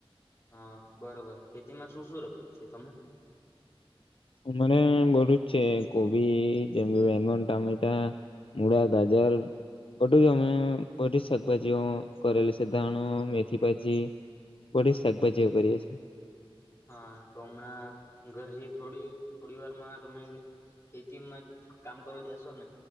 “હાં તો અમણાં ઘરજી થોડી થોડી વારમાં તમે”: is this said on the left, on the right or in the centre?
Left